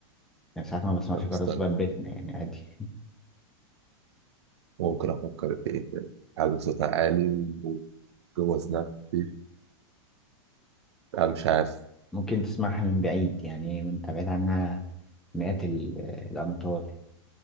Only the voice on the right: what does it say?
طب
استنى
ممكن افكر في ايه تاني حاجة صوتها عالي وجوه وزنها خفيف لا مش عارف